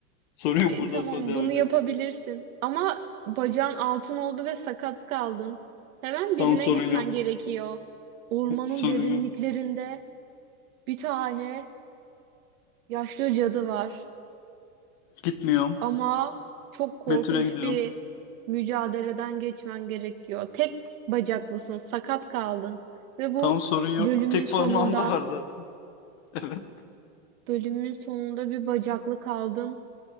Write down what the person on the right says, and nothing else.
E,
tamam
bunu
yapabilirsin. Ama bacağın altın oldu ve sakat kaldın. Hemen
birine
gitmen
gerekiyor. Ormanın
derinliklerinde
bir tane yaşlı cadı var.
Ama çok korkunç
bir mücadeleden geçmen gerekiyor. Tek bacaklısın, sakat kaldın. Ve bu
bölümün
sonunda,
bölümün sonunda bir bacaklı kaldın.